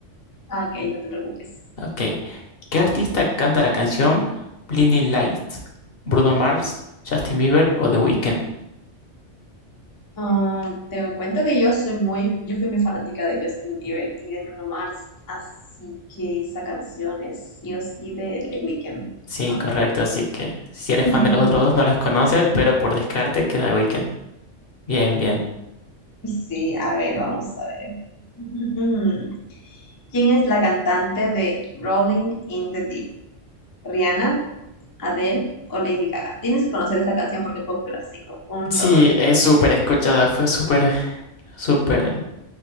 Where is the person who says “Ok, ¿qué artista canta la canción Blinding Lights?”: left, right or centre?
Left